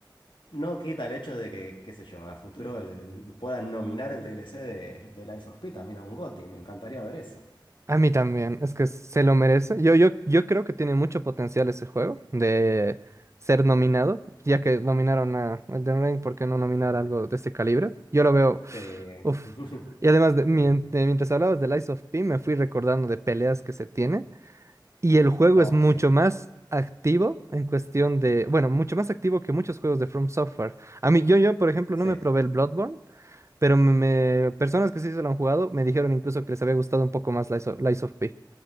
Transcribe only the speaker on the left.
No quita el hecho de que, qué sé yo, a futuro el- puedan nominar el DLC de, de Lies of P también a un GOTY. Me encantaría ver eso.
Sí.
<laughs>
Y-
oh,
sí.
Sí.